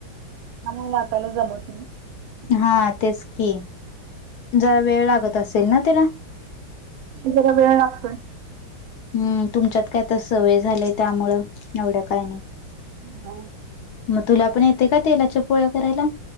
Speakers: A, on the right; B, on the left.
A: आ म वाटाला जमवत
B: हा तेच की जरा वेळ लागत असेल ना त्याला
A: जरा वेळ लागतोय
B: हम्म तुमच्यात कायता सवय झालंय त्यामुळं एवढं काय नाही.
A: हा
B: मग तुला पण येते का तेलाच्या पोळ्या करायला.